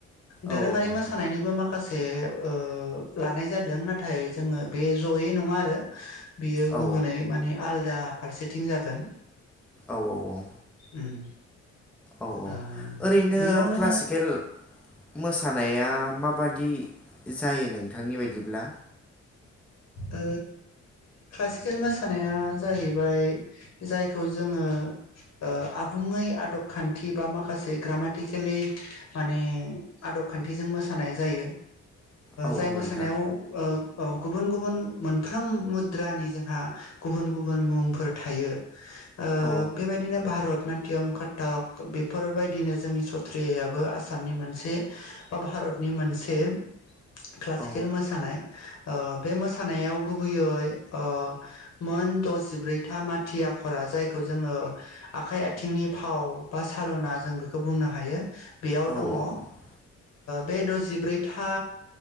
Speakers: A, on the left; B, in the centre.
A: दोरोङारि
B: औ औ नोंथां।
A: मोसानायनिबो माखासे बे ओ लानाय जादों नाथाय जोङो बे जयै नङा आरो। बियो
B: औ
A: गुबुनै माने आलदा फारसेथिं जागोन
B: औ औ औ।
A: उम।
B: औ औ
A: ओ
B: ओरैनो
A: बेयावनो
B: क्लासिकेल मोसानाया माब माबादि जायो नोंथांनि बायदिब्ला
A: ओ क्लासिकेल मोसानाया जाहैबाय जायखौ जोङो ओ आबुङै आदब खान्थि बा माखासे ग्रामाटिकेलि माने आदब खान्थिजों मोसानाय जायो
B: औ
A: जाय
B: औ
A: मोसानायाव
B: नोंथां
A: ओ औ गुबुन गुबुन मोनफ्रोम मुद्रानि जोंहा गुबुन गुबुन मुंफोर थायो। ओ
B: औ
A: बेबायदिनो भारत नातयम काटाक बेफोरबायदिनो जोंनि सथ्रियाबो आसामनि मोनसे बा भारत भारतनि मोनसे क्लासिकेल
B: औ
A: मोसानाय ओ बे मोसानायाव गुबैयै मोन ओ मोन दजिब्रैथा माथि आखरा जायखौ जोङो आखाइ आथिंनि फाव बा साल'ना जों बेखौ बुंनो हायो। बेयाव
B: औ
A: दङ
B: औ औ
A: ओ बे दजिब्रैथा